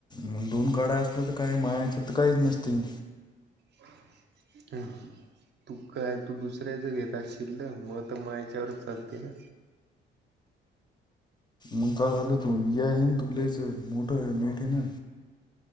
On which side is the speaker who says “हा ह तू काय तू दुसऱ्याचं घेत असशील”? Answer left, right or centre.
Right